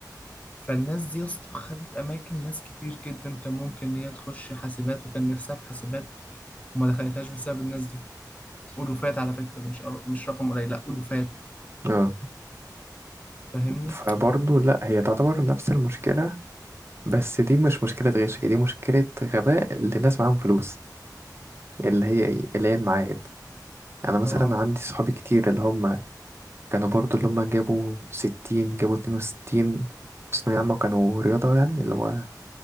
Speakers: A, on the left; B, on the right.
A: فالناس دي يا اسطى خدت أماكن ناس كتير جدا كان ممكن إن هي تخش حاسبات وكان نفسها في حاسبات وما دخلتهاش بسبب الناس دي ألوفات على فكرة مش أر... مش رقم قليل لا ألوفات
B: اه
A: فاهمني
B: فبرضه لا هي تعتبر نفس المشكلة بس دي مش مشكلة غش هي دي مشكلة غباء لناس معاهم فلوس اللي هي ايه اللي هي المعاهد انا مثلا
A: اه
B: عندي صحابي كتير اللي هم كانوا برضه اللي هم جابوا ستين جابوا اتنين وستين في ثانوية عامة كانوا رياضة يعني اللي هو